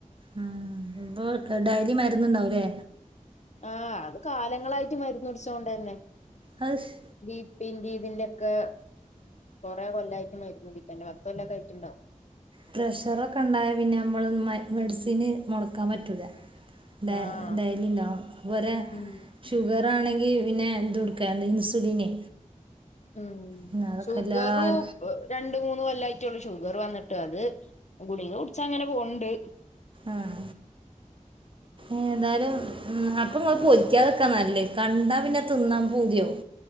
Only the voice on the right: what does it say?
ആഹ് ഇപ്പൊ ഡയലി മരുന്നുണ്ടാവും അല്ലേ
അത് ശ
പ്രഷറൊക്കെ ഉണ്ടായാ പിന്നെ നമ്മള് മെഡിസിന് മൊടക്കാൻ പറ്റൂല ഡ
ഡെയ്ലി ഉണ്ടോ ഇവരെ
ഷുഗർ ആണെങ്കി പിന്നെ ഇത് കൊടുക്കാ എന്ത ഇൻസുലിനെ
ഉം അതൊക്കെ
എല്ലാർ
ആഹ് ഏ ഏതായാലും അപ്പൊ ഇങ്ങള് പൊരിക്കാതെക്കാ നല്ലത് കണ്ടാ പിന്നെ തിന്നാൻ പൂതിയാവും